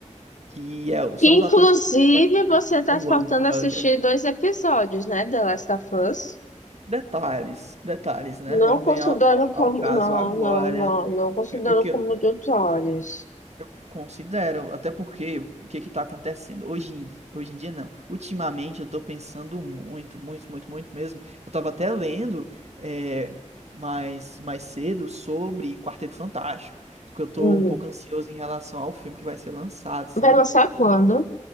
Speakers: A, on the right (about 60°); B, on the left (about 75°).
A: que é-
B: Que
A: são
B: inclusive
A: os atores que
B: você tá
A: eu
B: faltando
A: amo Samuel
B: assistir
A: L. Jackson.
B: dois episódios, né, The Last of Us?
A: Detalhes, detalhes, né?
B: Não
A: Não vem
B: considerando
A: ao, ao,
B: como.
A: ao caso
B: Não,
A: agora.
B: não, não, não considerando
A: O que
B: como
A: eu
B: dos olhos.
A: eu considero, até porque o que é que tá acontecendo? Hoje em, hoje em dia, não. Ultimamente, eu tô pensando muito, muito, muito, muito mesmo. Eu tava até lendo é, mais, mais cedo sobre Quarteto Fantástico, porque eu tô
B: Hum.
A: um pouco ansioso em relação ao filme que vai ser lançado, sabe?
B: Vai lançar quando?